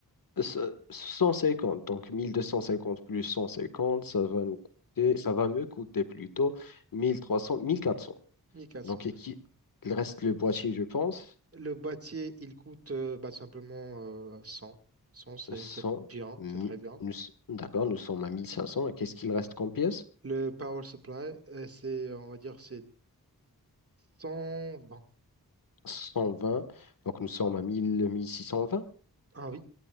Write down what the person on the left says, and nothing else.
ce- 150, donc 1250 plus 150 ça va nous coûter, ça va me coûter plutôt 1300, 1400.
Donc, et qui, il reste le boîtier, je pense,
100
mi-
nous s- d'accord, nous sommes à mille cinq cents Et qu'est-ce qu'il reste comme pièce?
cent vingt donc nous sommes à mille mille six cent vingt